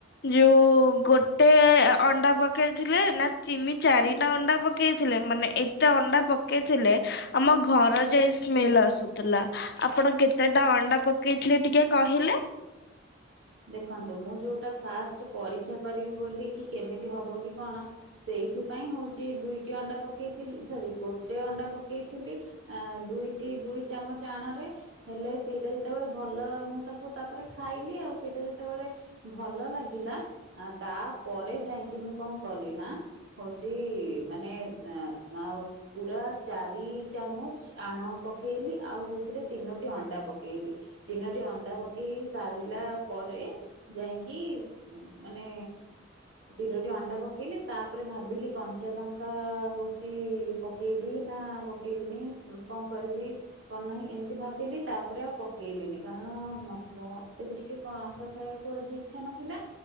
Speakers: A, on the left; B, on the right.
A: ଯୋଉ ଗୋଟେ ଅଣ୍ଡା ପକେଇଥିଲେ ନା ତିନି ଚାରିଟା ଅଣ୍ଡା ପକେଇଥିଲେ? ମାନେ ଏତେ ଅଣ୍ଡା ପକେଇଥିଲେ ଆମ ଘର ଯାଇ ସ୍ମେଲ ଆସୁଥିଲା। ଆପଣ କେତେଟା ଅଣ୍ଡା ପକେଇଥିଲେ ଟିକେ କହିଲେ?
B: ଦେଖନ୍ତୁ ମୁଁ ଯୋଉଟା ଫାଷ୍ଟ ପରୀକ୍ଷା କରିବି ବୋଲି କି କେମିତି ହବ କି? କଣ ସେଇଥିପାଇଁ ହଉଛି ଦୁଇଟି ଅଣ୍ଡା ପ ପକେଇଥିଲି ସରି ଗୋଟେ ଅଣ୍ଡା ପକେଇଥିଲି। ଆ ଦୁଇଟି ଦୁଇ ଚାମଚ ଆଣ ରେ ହେଲେ ସେଇଟା ଯେତେବେଳେ ଭଲ ମୁଁ ତାକୁ ତାପରେ ଖାଇଲି ଆଉ। ସେଇଟା ଯେତେବେଳେ ଭଲ ଲାଗିଲା ତାପରେ ଯାଇକି ମୁଁ କଣ କଲି ନା। ହଉଚି ମାନେ ଆ ଆଉ ପୁରା ଚାରି ଚାମଚ ଆଣ ପକେଇଲି ଆଉ ସେଥିରେ ତିନୋଟି ଅଣ୍ଡା ପକେଇଲି ତିନୋଟି ଅଣ୍ଡା ପକେଇକି ସାରିଲା। ପରେ ଯାଇକି ମାନେ ତିରୋଟି ଅଣ୍ଡା ପକେଇଲେ ତାପରେ, ଭାବିଲି କଞ୍ଚା ଲଙ୍କା ହଉଛି ପକେଇବି ନା ପକେଇବିନି? କଣ କରିବି କଣ ନାହିଁ ଏମିତି ଭାବିଲି ତାପରେ ଆଉ ପକେଇଲିନି କାରଣ ମ ମତେ ବି ଟିକେ। ଲଙ୍କା ଖାଇବାକୁ ଆଜି ଇଚ୍ଛା ନଥିଲା